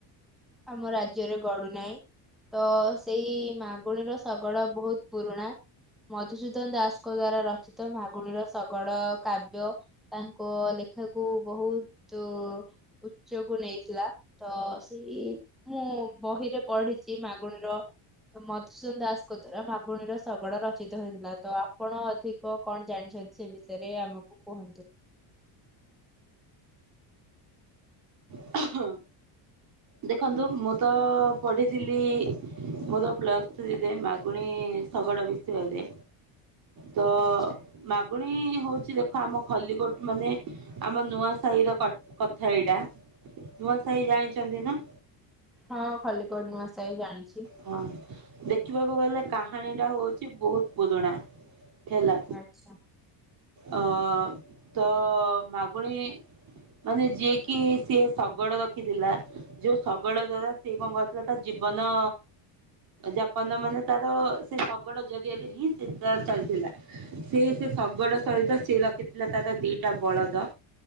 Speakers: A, in the centre; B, on the right.
A: ଆମ ରାଜ୍ୟରେ ଗଡୁ ନାଇଁ। ତ ସେଇ ମାଗୁଣିର ଶଗଡ ବହୁତ ପୁରୁଣା। ମଧୁସୂଦନ ଦାସଙ୍କ ଦ୍ଵାରା ରଚିତ ମାଗୁଣିର ଶଗଡ କାବ୍ୟ ତାଙ୍କ ଲେଖାକୁ ବହୁତୁ ଉଚ୍ଚକୁ ନେଇଥିଲା ତ ସେଇ ମୁଁ ବହିରେ ପଢିଚି ମାଗୁଣିର ମଧୁସୂନ ଦାସଙ୍କ ଦ୍ଵାରା ମାଗୁଣିର ଶଗଡ ରଚିତ ହେଇଥିଲା ତ ଆପଣ ଅଧି ଓ କଣ ଜାଣିଛନ୍ତି ସେ ବିଷୟରେ ଆମକୁ କୁହନ୍ତୁ।
B: ଅ ହ ଦେଖନ୍ତୁ ମୁଁ ତ ପଢିଥିଲି ମୁ ତ ପ୍ଲସ୍ ଥ୍ରୀରେ ମାଗୁଣି ଶଗଡ଼ ବିଷୟରେ। ତ
A: ଆଚ୍ଛା
B: ମାଗୁଣି ହଉଚି ଦେଖ ଆମ ଖଲ୍ଲିକୋଟ ମାନେ ଆମ ନୂଆ ସାହିର କ କଥା ଏଇଟା। ନୂଆସାହି ଜାଣିଚନ୍ତି ନା?
A: ହଁ ଖଲ୍ଲିକୋଟ ନୂଆସାଇ ଜାଣିଚି।
B: ହଁ ଦେଖିବାକୁ ଗଲେ କାହାଣୀ ଟା ହଉଚି ବହୁତ ପୁରୁଣା। ହେଲା
A: ଆଚ୍ଛା।
B: ଅ ତ ମାଗୁଣି ମାନେ ଯିଏକି ସିଏ ଶଗଡ଼ ରଖିଥିଲା ଯୋଉ ଶଗଡ଼ ଦ୍ଵାରା ସେ କଣ କରିଥିଲା ତା ଜୀବନ ଯାପନ ମାନେ ତାର ସେ ଶଗଡ଼ ଜରିଆରେ ହିଁ ସେ ତା ଚାଲିଥିଲା। ସିଏ ସେ ଶଗଡ଼ ସହିତ ସିଏ ରଖିଥିଲା ତାର ଦିଟା ବଳଦ।